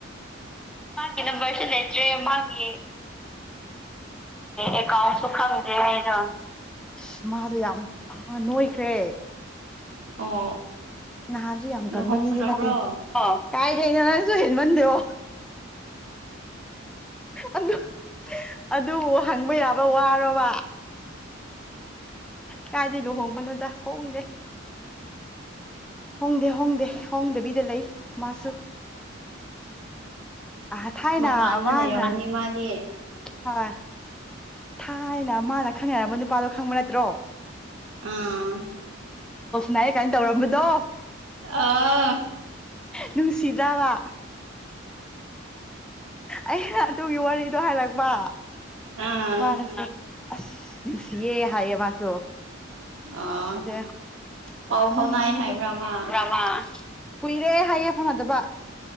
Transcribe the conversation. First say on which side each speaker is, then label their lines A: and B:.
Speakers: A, in the centre; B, on the right.
A: ꯃꯥꯒꯤ ꯅꯝꯕꯔꯁꯨ ꯂꯩꯇ꯭ꯔꯦ ꯃꯥꯒꯤ ꯑꯦꯀꯥꯎꯟꯁꯨ ꯈꯪꯗ꯭ꯔꯦ ꯑꯩꯗꯣ ꯑꯁ ꯃꯥꯗꯣ ꯌꯥꯝ ꯅꯣꯏꯈ꯭ꯔꯦ
B: ꯑꯣ
A: ꯅꯍꯥꯟꯁꯨ ꯌꯥꯝ
B: ꯂꯨꯍꯣꯡꯈ꯭ꯔꯕ꯭ꯔꯣ
A: ꯀꯪꯕ ꯃꯤꯗꯤ ꯅꯠꯇꯦ ꯀꯥꯏꯗꯩꯅꯣ ꯅꯪꯁꯨ ꯍꯦꯟꯃꯟꯗ꯭ꯔꯣ ꯑꯗꯨ ꯑꯗꯨꯕꯨ ꯍꯪꯕ ꯌꯥꯕ ꯋꯥꯔꯣꯔꯕ ꯀꯥꯏꯗ ꯂꯨꯍꯣꯡꯕꯅꯣꯗ ꯍꯣꯡꯗꯦ ꯍꯣꯡꯗꯦ ꯍꯣꯡꯗꯦ ꯍꯣꯡꯗꯕꯤꯗ ꯂꯩ ꯃꯥꯁꯨ ꯑ ꯊꯥꯏꯅ
B: ꯃꯄꯥꯟꯗ
A: ꯃꯥꯅ
B: ꯂꯩꯔꯝꯒꯅꯤ ꯃꯥꯗꯤ
A: ꯍꯣꯏ ꯊꯥꯏꯅ ꯃꯥꯅ ꯈꯪꯅꯔꯝꯕ ꯅꯨꯄꯥꯗꯣ ꯈꯪꯕ ꯅꯠꯇ꯭ꯔꯣ
B: ꯑꯥ
A: ꯅꯩꯑꯦ ꯀꯥꯏꯅ ꯇꯧꯔꯝꯕꯗꯣ
B: ꯑꯥ
A: ꯅꯨꯡꯁꯤꯗ꯭ꯔꯥꯕ ꯑꯩꯅ ꯑꯗꯨꯒꯤ ꯋꯥꯔꯤꯗꯣ ꯍꯥꯏꯔꯛꯄ
B: ꯑꯥ
A: ꯃꯥꯅꯁꯨ ꯑꯁ ꯅꯨꯡꯁꯤꯌꯦ ꯍꯥꯏꯌꯦ ꯃꯥꯁꯨ
B: ꯑꯥ
A: ꯑꯗ
B: ꯄꯥꯎ
A: ꯌꯥꯝ
B: ꯐꯥꯎꯅꯥꯏ
A: ꯅꯣꯛꯅꯤꯡꯕꯅꯤꯗ
B: ꯍꯥꯏꯕ꯭ꯔꯥ ꯃꯥ
A: ꯕ꯭ꯔꯃꯥ ꯀꯨꯏꯔꯦ ꯍꯥꯏꯌꯦ ꯐꯥꯎꯅꯗꯕ